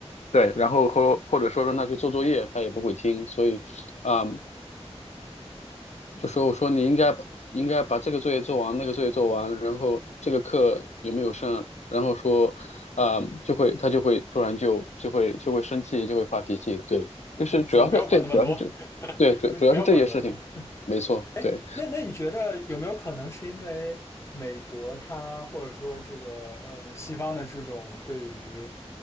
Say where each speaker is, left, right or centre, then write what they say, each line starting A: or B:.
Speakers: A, on the left (about 85°); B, on the left (about 25°).
A: 对，然后或或者说让他去做作业，他也不会听，所以啊、就说我说你应该把应该把这个作业做完，那个作业做完，然后这个课有没有上？然后说，啊、就会他就会突然就就会就会生气，就会发脾气。对，就是主要是对，
B: 嗯，说你不要管那么多，
A: 主要是这，
B: <laughs>
A: 对主主要是这些事情，
B: 说你不要管那么多。
A: 没错，对，
B: 那那你觉得有没有可能是因为美国它或者说这个呃西方的这种对于